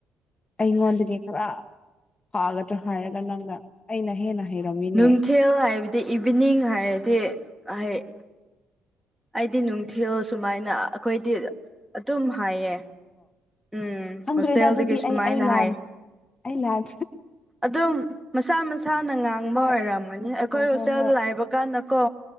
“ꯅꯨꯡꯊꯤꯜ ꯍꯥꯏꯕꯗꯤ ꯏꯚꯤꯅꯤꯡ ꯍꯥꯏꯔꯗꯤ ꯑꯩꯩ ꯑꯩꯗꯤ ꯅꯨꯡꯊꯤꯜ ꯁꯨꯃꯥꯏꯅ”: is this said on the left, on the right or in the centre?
Centre